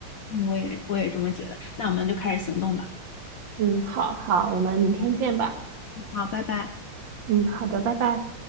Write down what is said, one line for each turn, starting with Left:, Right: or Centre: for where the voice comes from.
Left: 我也我也这么觉得。那我们就开始行动吧。
Right: 嗯，好好，我们明天见吧。
Left: 好，拜拜。
Right: 嗯，好的，拜拜。